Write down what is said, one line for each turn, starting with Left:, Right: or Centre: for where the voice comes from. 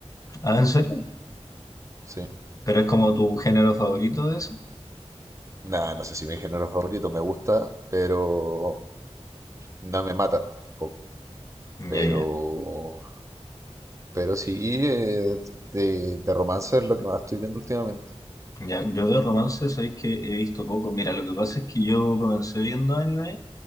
Left: Ah, ¿en serio?
Right: Sí.
Left: ¿Pero es como tu género favorito de eso?
Right: Nada, no sé si mi género favorito me gusta, pero no me mata tampoco.
Left: Ya,
Right: Pero,
Left: ya.
Right: pero sí, eh, de, de romance es lo que más estoy viendo últimamente.
Left: Ya, yo de romance sabéis que he visto poco. Mira, lo que pasa es que yo comencé viendo anime